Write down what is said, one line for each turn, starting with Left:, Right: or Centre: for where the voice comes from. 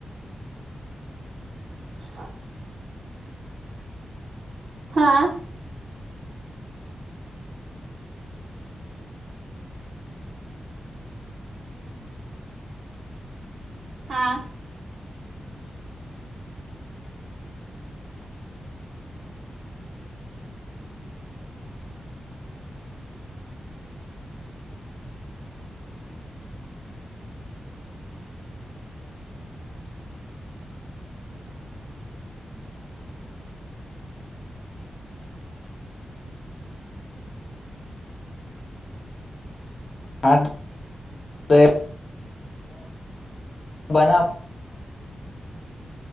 Right: લ. હા. હા.
Left: હા તો બના